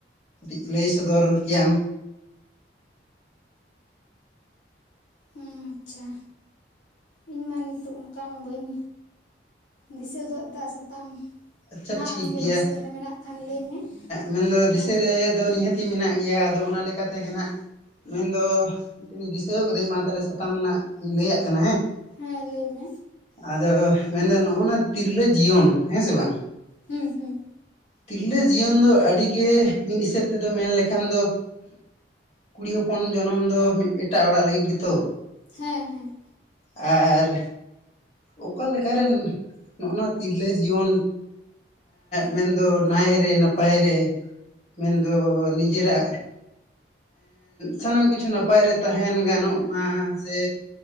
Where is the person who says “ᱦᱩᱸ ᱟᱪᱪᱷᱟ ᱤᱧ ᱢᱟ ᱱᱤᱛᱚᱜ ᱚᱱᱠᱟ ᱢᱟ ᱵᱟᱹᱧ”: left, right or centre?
Left